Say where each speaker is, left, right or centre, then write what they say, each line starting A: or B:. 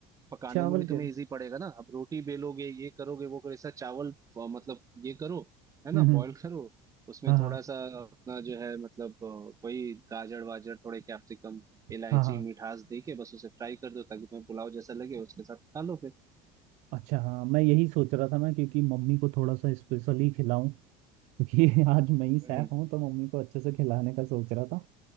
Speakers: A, on the right (about 25°); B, on the right (about 65°).
A: पकाने
B: चावल
A: में भी तुम्हें
B: के
A: इजी पड़ेगा ना अब रोटी बेलोगे ये करोगे वो करोगे ऐसा चावल अ, मतलब ये करो है ना
B: हम्म हम्म
A: बॉईल <laughs> करो उसमें
B: हाँ
A: थोड़ा
B: हाँ
A: सा अपना जो है मतलब अ, वही गाजर वाजर थोड़े कैप्सिकम इलायची
B: हाँ हाँ
A: मिठास दे के बस उसे फ्राई कर दो ताकि तुम्हें पुलाव जैसा लगे उसके साथ खा लो फिर
B: अच्छा हाँ मैं यही सोच रहा था ना क्योंकि मम्मी को थोड़ा सा स्पेशली खिलाऊं क्योंकि <laughs> आज मैं ही सैफ
A: हम्म
B: हूँ तो मम्मी को अच्छे से खिलाने का सोच रहा था